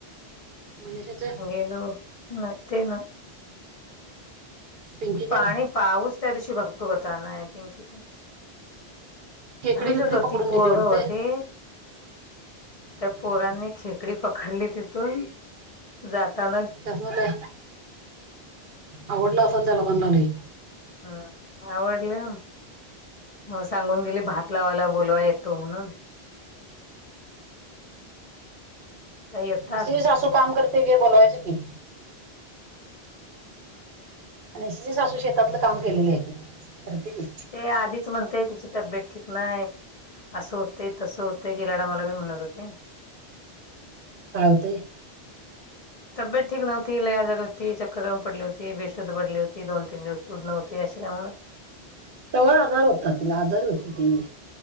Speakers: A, on the right; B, on the left.
A: मनिषाच्या
B: गेलो नाई ते ना.
A: पिंकीचे
B: पाणी
A: ना
B: पाऊस त्या दिवशी भरपूर होता ना आय थिंक
A: केकडी
B: आम्हीच
A: बिकडी
B: होतो
A: पकडून
B: ति
A: नेली
B: पोरग
A: वाटते
B: होते. त्या
A: हम्म
B: पोरांनी खेकडी पकडली तिथून. जाता
A: त्यास म्हटल आवडलं असाल त्या लोकांनला बी.
B: हां आवरलं? म सांगून गेली भात लावायला बोलवाया येतो म्हणून. त्या येतात
A: निशे ची सासू काम करते की बोलवायचं की. निशाची सासू शेतातलं काम केलेलेय कि ते करते की.
B: ते आधीच म्हणतेय तिची तब्येत ठीक नाय. असं होतंय तसं होतंय गेला टाईमाला बी म्हणत होती.
A: काय होतेय?
B: तब्येत ठीक नव्हती लय आजारी होती, चक्कर येऊन पडली होती, बेशुद्ध पडली होती दोन तीन दिवस शुध नव्हती अशी नाई म्हणतं.
A: तव्हा आजार होता तिला आजारी होती ती.